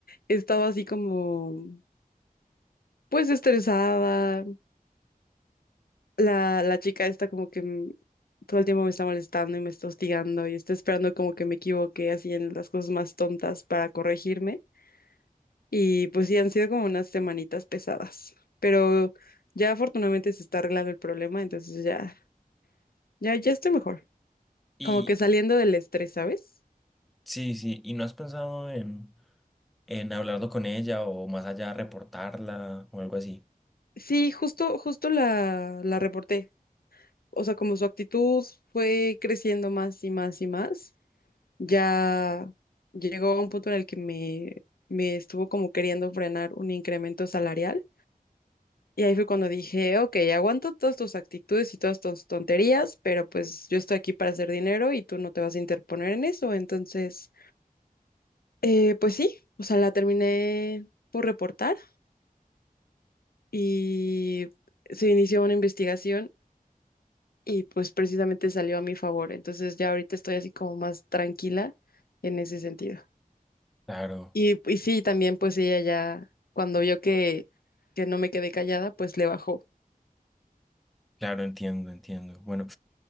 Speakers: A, on the left (about 80°); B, in the centre.
A: he estado así como, pues estresada. La, la chica está como que m- todo el tiempo me está molestando y me está hostigando y está esperando como que me equivoque así en las cosas más tontas para corregirme. Y pues sí, han sido como unas semanitas pesadas, pero ya afortunadamente se está arreglando el problema, entonces ya, ya, ya estoy mejor,
B: Y
A: como que saliendo del estrés, ¿sabes?
B: sí, sí, ¿y no has pensado en, en hablarlo con ella o más allá reportarla o algo así?
A: Sí, justo, justo la, la reporté, o sea, como su actitud fue creciendo más y más y más, ya llegó a un punto en el que me, me estuvo como queriendo frenar un incremento salarial Y ahí fue cuando dije, ok, aguanto todas tus actitudes y todas tus tonterías, pero pues yo estoy aquí para hacer dinero y tú no te vas a interponer en eso. Entonces, eh, pues sí, o sea, la terminé por reportar y se inició una investigación y pues precisamente salió a mi favor. Entonces ya ahorita estoy así como más tranquila en ese sentido.
B: Claro,
A: Y, y sí, también pues ella ya, cuando vio que, que no me quedé callada, pues le bajó.
B: claro, entiendo, entiendo. Bueno,